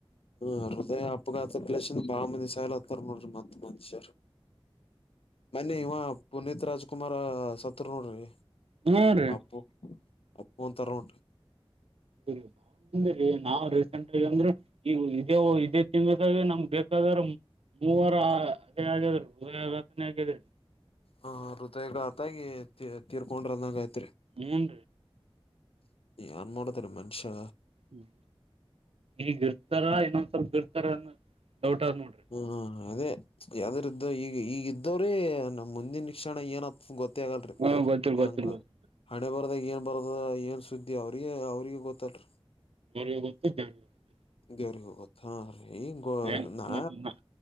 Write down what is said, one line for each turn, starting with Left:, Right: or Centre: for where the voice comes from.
Left: ಹ್ಮ ಹೃದಯ ಅಪಘಾತ ಪ್ಲೇಂದ ಬಾಳ ಮಂದಿ ಸಾಯಾಲ ಹತ್ತಾರ ನೋಡ್ರಿ ಮತ್ತತ್ ಮ ಪುನತ್ ರಾಜ್ಕುಮಾರ್ ಸತ್ರು ನೋಡ್ರಿ
Right: ಹ್ಮ ರೀ
Left: ಅಪ್ಪು ಅಪ್ಪ ಅಂತರ ಉಂಟು
Right: ಎೂಪ ನಾವ್ ರೀಸೆಂಟ್ಗ ಅಂದ್ರೆ ಈ ಇದೇ ಇದೇ ತಿಂದಾಗ ನಮ್ಗ್ ಬೇಕಾದ್ರ ಮೂವರು ಅದೇ ಆಗಿದ್ರು ಹತನೇ ಆಗಿದ್ರ
Left: ಹ ೃದಯಗ ಆತಾಗಿ ತೀರ್ಕೊಂಡ್ರ ಅನ್ನಾಗಯತ್ರಿ
Right: ಹಏನ್ೀ
Left: ಏನ್ ಮಾಡದ್ರ ಮನುಷ್ಯ
Right: ಹ್ಮ ಈಗ ಇರ್ತಾರ ಇನ್ನೊಂದ್ಸಲ್ಪ ಇರ್ತಾರ ಡೌಟ್ ಆದ್ ನೋಡ್ರಿ
Left: ಹ್ಮ ಹಾ ಅದೇ ಯಾವ್ದ್ರ ಇದ್ದ ಈಗ ಈಗ ಇದ್ದವ್ರೀ ನಮ್ ಮುಂದಿನ ಕ್ಕ್ಷಷಣ ಏನತ್ ಗೊತ್ತ ಆಗಲ್ರಿ
Right: ಹಾ ಗೊತ್ತಿಲ್
Left: ಹೆಂಗ
Right: ಗೊತ್ತಿಲ್ ಗೊತ್ತಿಲ್
Left: ಹಣೆ ಬರದಾಗಿ ಏನ್ ಬರದ ಏನ್ ಸುದ್ದಿ ಅವ್ರಿಗೆ ಅವ್ರಿಗೆ ಗೊತ್ತಲ್ರಿ
Right: ಮೋಗುತ್ತೆ ಜ ಗೊುತ್ತೆ
Left: ದೇವ್ರ ಗೊತ್ತೀ ಈಗ
Right: ಗೊತ್ತು
Left: ನಾ
Right: ಮತ್ತ